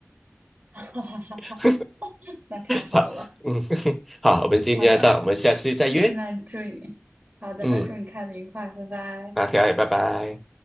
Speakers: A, on the right; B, in the centre.
A: <laughs> 哈哈哈哈，
B: <laughs>
A: 那太好了。
B: 好，嗯，<laughs> 好，我们今天就到这，
A: 好的，
B: 我们下次再约。
A: 嗯那祝你，好的，
B: 嗯，
A: 祝你看得愉快，拜拜。
B: 那 OK，拜拜。